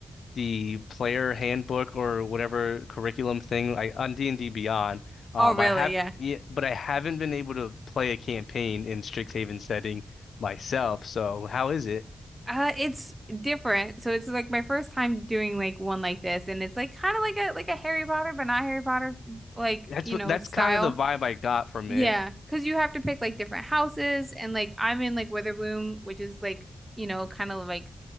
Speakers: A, on the left (about 85°); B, on the right (about 15°).
A: the player handbook or whatever curriculum thing like on D&D Beyond. Um,
B: Oh, really?
A: I have
B: Yeah.
A: yeah, but I haven't been able to play a campaign in Strixhaven setting myself. So how is it?
B: Uh, it's different. So it's like my first time doing like one like this, and it's like kind of like a like a Harry Potter, but not Harry Potter like,
A: That's
B: you
A: what
B: know,
A: that's
B: style.
A: kind of the vibe I got from
B: Yeah,
A: it.
B: 'cause you have to pick like different houses and like I'm in like Witherbloom, which is like, you know, kind of like